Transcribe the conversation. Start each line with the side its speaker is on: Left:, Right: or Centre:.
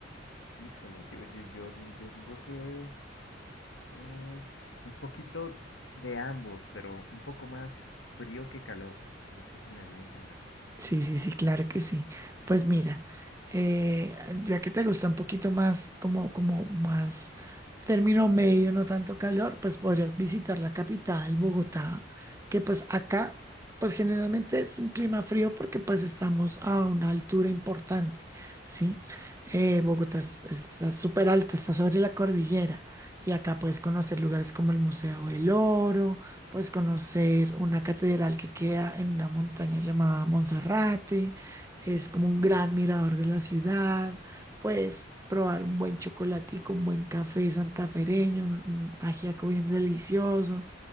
Left: Híjole, yo, yo, yo, di- yo digo que mm, un poquito de ambos, pero un poco más frío que calor. No sé si me doy a entender.
Right: Sí, sí, sí, claro que sí. Pues mira, eh, ya que te gusta un poquito más, como, como más término medio, no tanto calor, pues podrías visitar la capital, Bogotá, que pues acá, pues generalmente es un clima frío porque pues estamos a una altura importante, ¿sí? Eh, Bogotá es- está súper alta, está sobre la cordillera y acá puedes conocer lugares como el Museo del Oro Puedes conocer una catedral que queda en una montaña llamada Monserrate, es como un gran mirador de la ciudad. Puedes probar un buen chocolatico, un buen café santafereño, un un ajiaco bien delicioso.